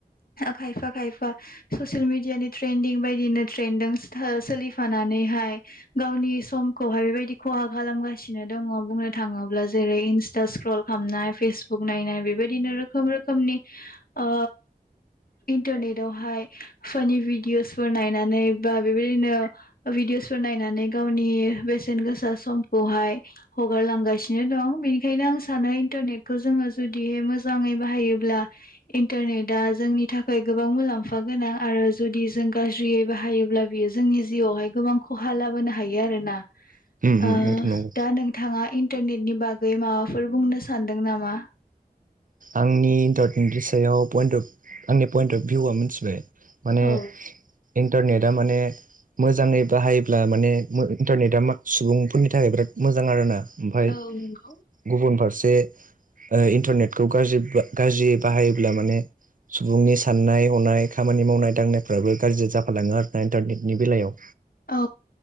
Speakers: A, on the left; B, on the right.
A: खायफा खायफा ससिल मिडियानि ट्रेन्डं बायदिनो ट्रेनजों हो सोलिफानानैहाय गावनि समखौहाय बेबायदि खहा खालामगासिनो दङ बुंनो थाङोब्ला जेरै इन्स्टा स्क्रल खालामनाय फेसबुक नायनाय बेबायदिनो रोखोम रोखोमनि नि ओ इन्टारनेटयावहाय फानि भिडअसफोर नायनानै बा बेबायदिनो भिदिअसफोर नायनानै गावनि बेसेन गोसा समखौहाय हगारलांगासिनो दं बेनिखायनो आं सानो इन्टारनेटखौ जोङो जुदिहाय मोजाङै बाहायोब्ला ब्ला इन्टारनेटया जोंनि थाखाय गोबां मुलाम्फा गोनां आरो जुदि जों गाज्रियै बाहायोब्ला बियो जोंनि जिउआवहाय गोबां खहा लाबोनो हायो आरो ना।
B: उम
A: ओ
B: बेथ' नंगौ
A: दा नोंथाङा इ न्टारनेटनि बागै माबाफोर बुंनो सानदों नामा?
B: आंनि इन्टारनेटनि सायाव पइन अफ आंनि पइन्ट अफ भिउआ मिनथिबाय माने
A: औ
B: इन्टारनेटआ माने मोजाङै बाहायोब्ला माने इन्टारनेटआ सुबुंफोरनि थाखाय बिराद मोजां आरोना। ओमफाय
A: औ नंगौ
B: गुबुन फारसे ओ इन्टारनेट खौ गाज्रि गाज्रियै बाहायोब्ला माने सुबुंनि साननाय हनाय खामानि मावनाय दांनायफ्राबो गाज्रि जाफालाङो आरोना इन्टारनेटनि बेलायाव।
A: औ।